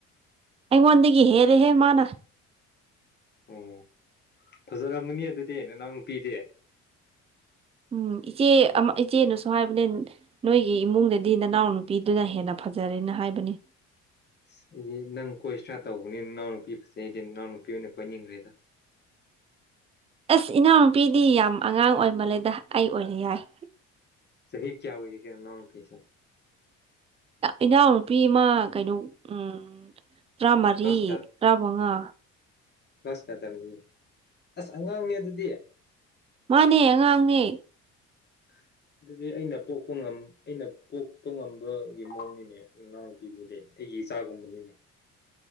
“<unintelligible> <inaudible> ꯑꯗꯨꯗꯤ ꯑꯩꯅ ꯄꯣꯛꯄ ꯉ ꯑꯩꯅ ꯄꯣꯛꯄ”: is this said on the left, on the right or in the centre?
Left